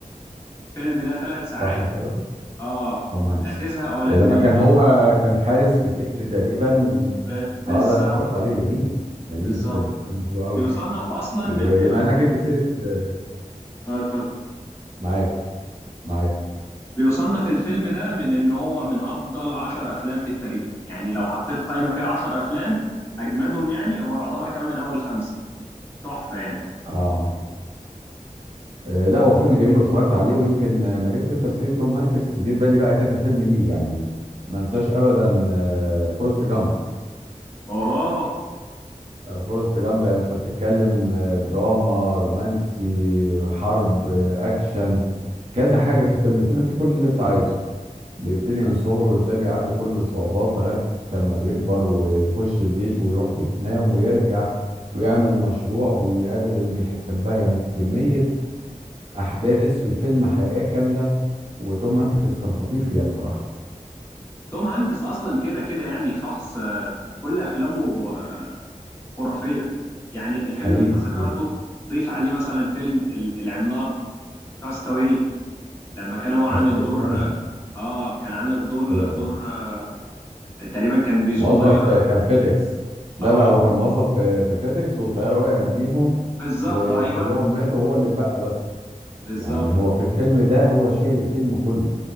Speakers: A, on the left; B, on the right.
A: الفيلم ده ثلاث ساعات
B: صح كده
A: اه
B: توم هانكس
A: لا تزهق ولا
B: إيه،
A: تمل
B: لما كان
A: منه
B: هو كان حارس في سجن تقريبا و...
A: ب- بالظبط
B: اه لا انا اتفرجت عليه جميل جميل
A: بالظبط
B: فيلم فيلم حلو قوي
A: بيصنف اصلا
B: وبما
A: من انه
B: انك جبت سيرة آه،
A: اه اتفضل
B: معاك معاك
A: بيصنف الفيلم ده من ان هو من افضل عشر افلام في التاريخ يعني لو حطيت قائمة فيها عشر افلام اجمدهم يعني هو يعتبر كمان من اول خمسة تحفة يعني
B: اه آه، لا هو فيلم جميل واتفرجت عليه ويمكن آه، ما جبت انت سيرة توم هانكس جه في بالي بقى كذا فيلم ليه يعني ما انساش ابدا آه، فورست جامب
A: اوه
B: آه، فورست جامب يعني انت بتتكلم آه، دراما رومانسي حرب آه، اكشن كذا حاجة في الفيلم الفيلم فيه كل اللي انت عايزه بيبتدي من صغره وازاي بيعدي كل الصعوبات لغاية لما بيكبر ويخش الجيش ويروح فيتنام ويرجع ويعمل مشروع ويقابل اللي بيحبها يعني كمية احداث في الفيلم حياه كامله وتوم هانكس كان خطير فيها بصراحه
A: توم هانكس اصلا كده كده يعني شخص آه، كل افلامه آه، خرافية يعني الفيلم
B: حقيقي
A: اللي انت ذكرته
B: حقيقي
A: ضيف عليه مثلا فيلم ال- العملاق كاستاوي لما كان هو عامل
B: بس طبيعي
A: دور
B: طبعا
A: اه آه، كان عامل دور
B: آه،
A: دور آه، تقريبا كان بيسوق
B: موظف
A: طيارة
B: آه، كان فيديكس لا
A: اه
B: لا هو كان موظف في في فيديكس والطياره وقعت بيهم
A: بالظبط
B: وكلهم
A: ايوه
B: ماتوا وهو اللي اتبقى بس
A: بالظبط
B: يعني هو في الفيلم ده هو شايل الفيلم كله